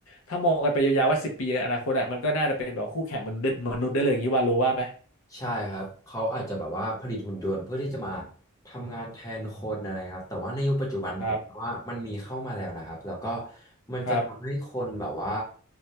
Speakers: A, on the left (about 70°); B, on the left (about 15°).
A: ถ้ามองกันไปยาวๆว่าสิบปีในอนาคตอะมันก็น่าจะเป็นแบบคู่แข่งมนุษย์มนุษย์ได้เลยอย่างนี้ว่ารู้ว่าไหม
B: ใช่ครับเขาอาจจะแบบว่าผลิตหุ่นยนต์เพื่อที่จะมาทำงานแทนคนอะไรครับแต่ว่าในยุคปัจจุบันผมว่ามันมีเข้ามาแล้วนะครับแล้วก็
A: ครับ
B: มันจะทำให้คนแบบว่า
A: ครับ